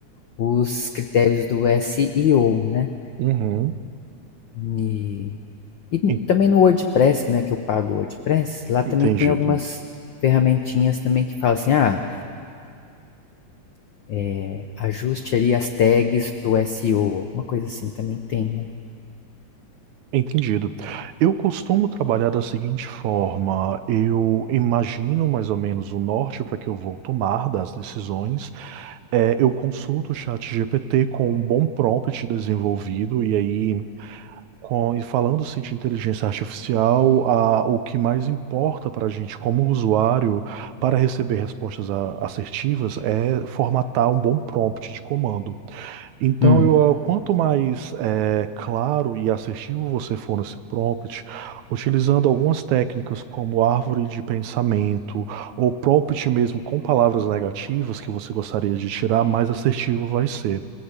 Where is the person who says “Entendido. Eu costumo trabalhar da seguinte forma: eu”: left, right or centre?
Right